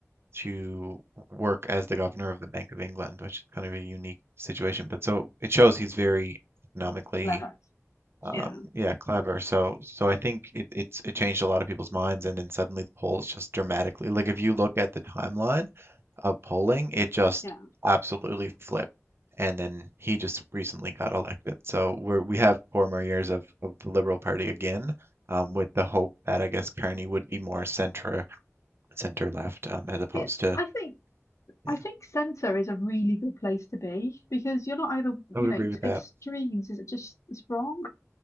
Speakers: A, on the right; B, on the left.
A: to work as the governor of the Bank of England, which is kind of a unique situation. But so it shows he's very economically,
B: clever.
A: um,
B: Yeah,
A: yeah, clever. So, so I think it, it's it changed a lot of people's minds, and then suddenly the polls just dramatically. Like if you look at the timeline. of polling, it just
B: yeah.
A: absolutely flipped. And then he just recently got elected. So we're we have four more years of, of the Liberal Party again, um, with the hope that I guess Carney would be more center center left, um, as opposed
B: See, it's,
A: to
B: I think
A: yeah,
B: I think centre is a really good place to be because you're not either,
A: I
B: you
A: would
B: know,
A: agree
B: it's
A: with that.
B: extremes is it just it's wrong.